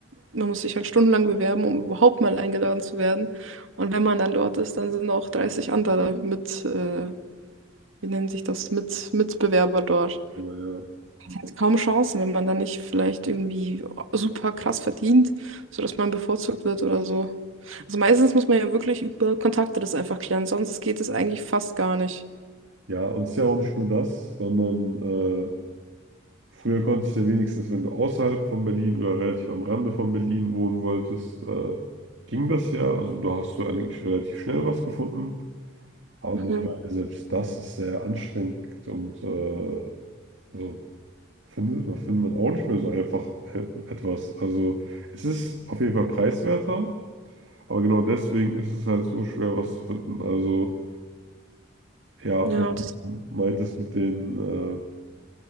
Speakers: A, on the right (about 80°); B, on the right (about 65°).
A: man muss sich halt stundenlang bewerben, um überhaupt mal eingeladen zu werden. Und wenn man dann dort ist, dann sind auch 30 andere mit, äh, wie nennt sich das, mit Mitbewerber dort.
B: Aber ja.
A: Also kaum Chancen, wenn man dann nicht vielleicht irgendwie super krass verdient, sodass man bevorzugt wird oder so. Also meistens muss man ja wirklich über Kontakte das einfach klären, sonst geht es eigentlich fast gar nicht.
B: Ja, und es ist ja auch nicht nur das, sondern äh, früher konntest du ja wenigstens, wenn du außerhalb von Berlin oder relativ am Rande von Berlin wohnen wolltest, äh, ging das ja. Also da hast du eigentlich relativ schnell was gefunden. Aber
A: Mhm.
B: mittlerweile selbst das ist sehr anstrengend und äh, also findet, da findet man auch nicht mehr so einfach ein- etwas. Also es ist auf jeden Fall preiswerter, aber genau deswegen ist es halt so schwer, was zu finden. Also ja, und
A: Ja, das,
B: wie du meintest mit den, äh,